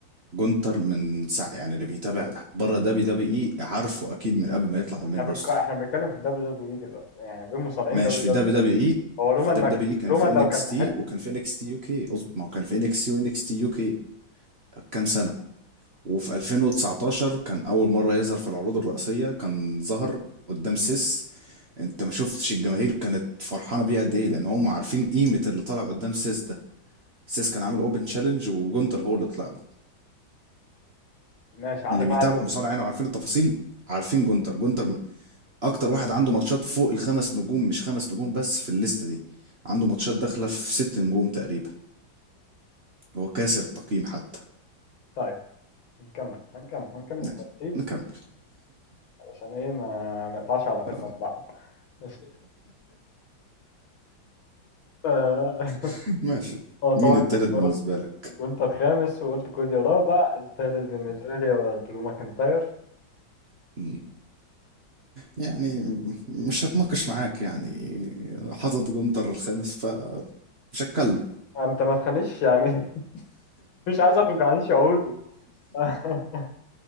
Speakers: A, on the right (about 35°); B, on the left (about 80°).
A: جونتر من ساعة يعني اللي بيتابع ده- بره دبليو دبليو اي عارفه اكيد من قبل ما يطلع على
B: احنا
A: المين
B: بنك...
A: روستر
B: احنا بنتكلم في الدبليو دبليو اي دلوقتي يعني دول مصارعين
A: ماشي
B: دبليو
A: في
B: دبليو
A: دبليو
B: اي.
A: دبليو اي
B: هو رومان
A: في دبليو
B: ماك
A: دبليو اي كان
B: رومان
A: في انكس
B: لو كان في
A: تي
B: حته
A: وكان في انكس تي يو كي اظبط ما هو كان في انكس تي وانكس تي يو كي كام سنة وفي 2019 كان اول مرة يظهر في العروض الرئيسية كان ظهر قدام سيس انت ما شفتش الجماهير كانت فرحانه بيه قد ايه لان هم عارفين قيمه اللي طالع قدام سيس ده سيس كان عامل اوبن تشالنج وجونتر هو اللي طلع له
B: ماشي عندك
A: اللي بيتابعوا
B: واحد
A: بصراحه يعني وعارفين التفاصيل عارفين جونتر جونتر من اكتر واحد عنده ماتشات فوق الخمس نجوم مش خمس نجوم بس في الليسته دي عنده ماتشات داخله في ست نجوم تقريبا هو كاسر التقييم حتى
B: طيب نكمل هنكمل هنكمل
A: ماشي
B: ترتيب
A: نكمل
B: عشان ايه ما نقطعش علاقتنا
A: آه.
B: ببعض ماشي ف- <laughs>
A: <laughs> ماشي
B: انا طبعا
A: مين التالت
B: كنت
A: بالنسبه
B: قلت
A: لك
B: جونتر خامس وقلت كوزي رابع الثالث بالنسبه لي هو درو ماكنتاير
A: مم. يعني مش هتناقش معاك يعني حاطط جونتر الخامس ف مش هتكلم
B: انت ما تخليش يعني <laughs> مش عايز اخرج عن شعوري <laughs>